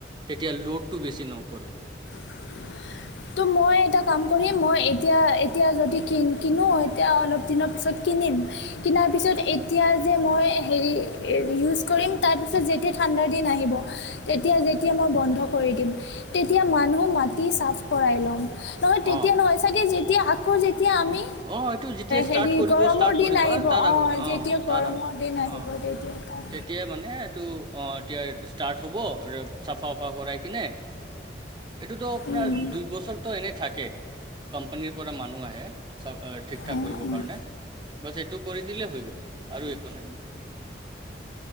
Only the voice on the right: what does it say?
তেতিয়া ল'ডটো বেছি নপৰে।
অ
অ এইটো যেতিয়া ষ্টাৰ্ট
কৰিব
ষ্টাৰ্ট
কৰিবা
তাৰ
আগত
তাৰ
আগত
অ
তেতিয়াই মানে এইটো অ' এতিয়া ষ্টাৰ্ট হ'ব চাফা চফা কৰাই কিনে। এইটো তো আপোনাৰ
দুই বছৰটো এনে থাকে কোম্পানীৰ পৰা মানুহ আহে। চব ঠিক ঠাক
কৰিবৰ
কাৰণে বাছ সেইটো কৰি দিলে হৈ গ'ল আৰু একো নাই। <inaudible>